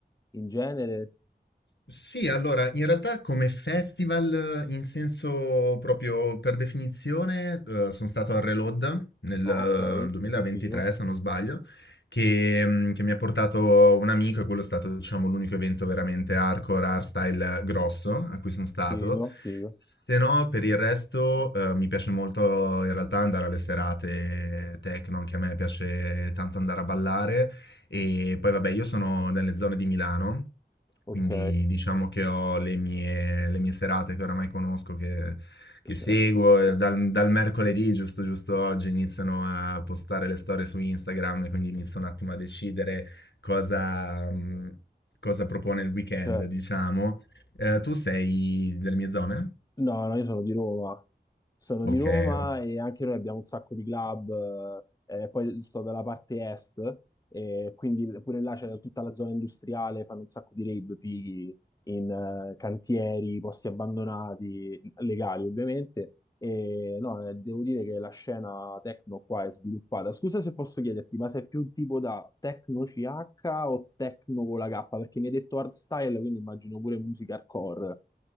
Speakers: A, on the left; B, on the left.
A: eh, in genere?
B: Sì, allora, in realtà come festival, eh, in senso proprio per definizione, eh, sono stato al Reload nel
A: Ah, ok,
B: eh, 2023,
A: sì, figo,
B: se non sbaglio, che, mm, che mi ha portato un amico e quello è stato, diciamo, l'unico evento veramente hardcore, hardstyle grosso a cui sono stato.
A: figo, figo,
B: Se no, per il resto, eh, mi piace molto in realtà andare alle serate techno, anche a me piace tanto andare a ballare. E poi vabbè, io sono nelle zone di Milano
A: ok,
B: quindi diciamo che ho le mie, le mie serate che oramai conosco, che, che
A: certo,
B: seguo. e Dal, dal mercoledì, giusto, giusto oggi, iniziano a postare le storie su Instagram, e quindi inizio un attimo a decidere cosa, mh, cosa propone il weekend,
A: certo.
B: diciamo. Eh, tu sei delle mie zone?
A: No, no, io sono di Roma. Sono
B: Ok,
A: di Roma
B: ok.
A: e anche noi abbiamo un sacco di club. eh, poi sto dalla parte est, e quindi pure là c'è tutta la zona industriale, fanno un sacco di rave, fighi in eh, cantieri, posti abbandonati, legali ovviamente. E no, eh, devo dire che la scena techno qua è sviluppata. Scusa se posso chiederti, ma sei più un tipo da techno CH o techno con la K? Perché mi hai detto hardstyle, quindi immagino pure musica hardcore,